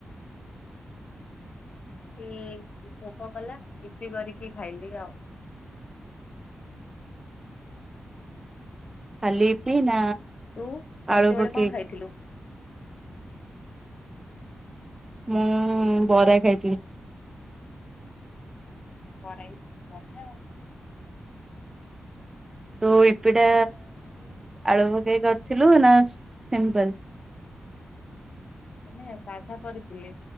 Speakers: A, on the right; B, on the left.
A: <unintelligible>
B: ଇ ଭୋକ କଲା ୟିପି କରିକି ଖାଇଲି ଆଉ।
A: <unintelligible> ଖାଲି ୟିପି ନା
B: ତୁ ସଞ୍ଜବେଳେ
A: ଆଳୁ ପକେଇକି
B: କଣ ଖାଇଥିଲୁ?
A: ମୁଁ ବରା ଖାଇଥିଲି।
B: ବରା ଇସ୍ ବଢ଼ିଆ ଆଉ।
A: ତୁ ୟିପିଟା
B: ମୁଁ
A: ଆଳୁ ପକେଇ କରିଥିଲୁ ନା ସିମ୍ପଲ୍।
B: ମାନେ ସାଧା କରିଥିଲି।